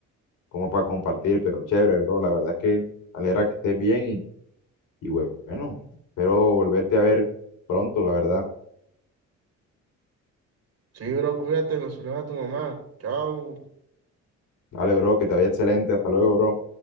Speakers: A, on the left; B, on the right.
A: como para compartir, pero chévere, bro. La verdad es que me alegra que estés bien Y bueno, espero volverte a ver pronto, la verdad.
B: Sí, bro, cuídate, me saludas a tu mamá, chao.
A: Dale, bro, que te vaya excelente. Hasta luego, bro.